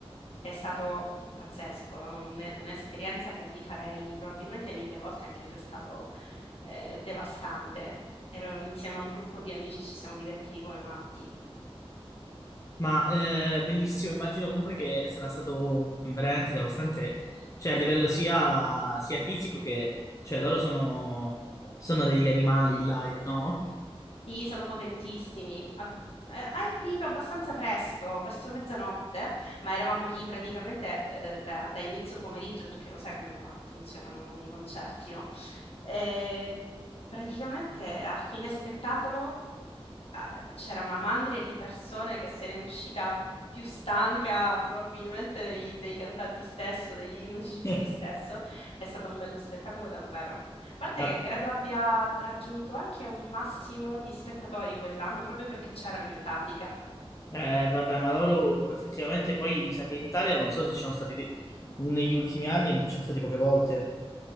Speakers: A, on the left (about 70°); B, on the left (about 30°).
A: È stato pazzesco, un- un'esperienza che rifarei probabilmente mille volte, anche se è stato eh, devastante. Ero insieme a un gruppo di amici, ci siamo divertiti come matti.
B: Ma eh, bellissimo, immagino comunque che sarà stato veramente devastante, cioè a livello sia, sia fisico che... cioè loro sono, sono degli animali in live, no?
A: Sì, sono potentissimi. Ab- eh, È finito abbastanza presto, verso mezzanotte, ma eravamo lì praticamente eh, da, da inizio pomeriggio, perché lo sai come va- funzionano i concerti, no? E praticamente a fine spettacolo eh, c'era una mandria di persone che se ne è uscita più stanca probabilmente dei, dei cantanti stesso, dei musicisti
B: <laughs>
A: stesso, è stato un bello spettacolo davvero. A parte
B: Ma
A: che credo abbia raggiunto anche un massimo di spettatori quell'anno proprio perché c'erano i Metallica.
B: Eh, vabbè, ma loro effettivamente poi mi sa che in Italia non so se ci sono stati dei- negli ultimi anni, ci sono stati poche volte,